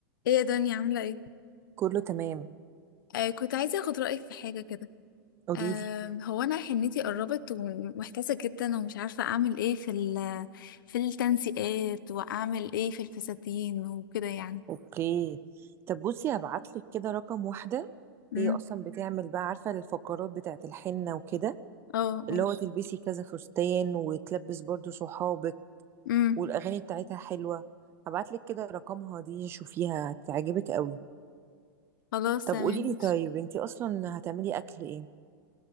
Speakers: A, on the left; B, on the right.
A: ايه يا دنيا عاملة ايه؟
B: كله تمام
A: آه كنت عايزة اخد رأيك في حاجة كده
B: قوليلي
A: آه هو انا حنتي قربت ومحتاسة جدا ومش عارفة اعمل ايه في ال في التنسيقات واعمل ايه في الفساتين وكده يعني
B: اوكي طب بصي هبعتلك كده رقم واحدة
A: امم
B: هي اصلا بتعمل بقى عارفة الفقرات بتاعت الحنة وكده
A: اه
B: اللي
A: اه
B: هو تلبسي كذا فستان وتلبس برضو صحابك
A: امم
B: والاغاني بتاعتها حلوة هبعتلك كده رقمها دي شوفيها هتعجبك قوي
A: خلاص
B: طب
A: تمام
B: قوليلي
A: ماشي.
B: طيب انتي اصلا هتعملي اكل ايه